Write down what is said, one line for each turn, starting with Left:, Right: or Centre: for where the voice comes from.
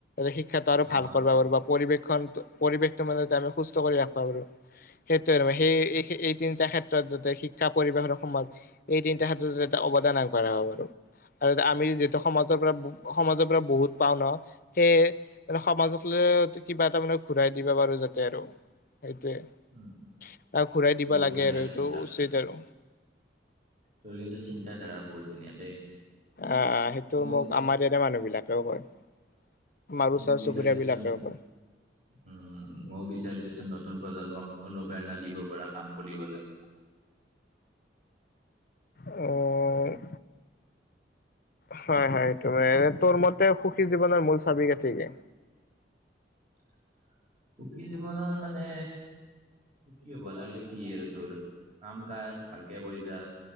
Left: শিক্ষাটো আৰু
Right: অ',
Left: ভাল কৰিব পাৰো বা পৰিৱেশ পৰিৱেশটো মানে আমি সুস্থ কৰি ৰাখিব পাৰো সেইটোৱে আৰু সেই এই এই তিনিটা ক্ষেত্ৰত যাতে শিক্ষা, পৰিৱেশ আৰু সমাজ এই তিনিটা ক্ষেত্ৰত অৱদান আগবঢ়াব পাৰো। আৰু আমি যিহেতু সমাজৰ পৰা সমাজৰ পৰা বহুত পাও ন সেইয়ে মানে সমাজক ল কিবা এটা মানে ঘূৰাই দিবা পাৰো যাতে আৰু। সেইটোৱে
Right: উম,
Left: তাক ঘূৰাই দিবা
Right: বহুত
Left: লাগে
Right: ধুনীয়া
Left: আৰু সেইটো
Right: চিন্তা
Left: উচিত আৰু।
Right: তোৰ কিন্তু চিন্তাধাৰা বহুত ধুনীয়া দেই।
Left: অ - অ সেইটো
Right: মোৰ
Left: মোক আমাৰ এনে মানুহ বিলাকেও কয়। আমাৰ
Right: ময়ো
Left: ওচৰ
Right: বিচাৰ
Left: চুবুৰীয়া
Right: দেচোন
Left: বিলাকেও কয়।
Right: উম, ময়ো বিচাৰো দেচোন নতুন প্ৰজন্মক অনুপ্ৰেৰণা দিব পৰা কাম কৰিবলৈ।
Left: অ',
Right: <inaudible>
Left: হয় - হয় সেইটো মানে তোৰ মতে সুখী জীৱনৰ মূল চাবি কাঠি কি?
Right: <inaudible> সুখী জীৱনৰ মানে সুখী হ'ব লাগিলে কি আৰু তোৰ কাম-কাজ ভালকে কৰিছা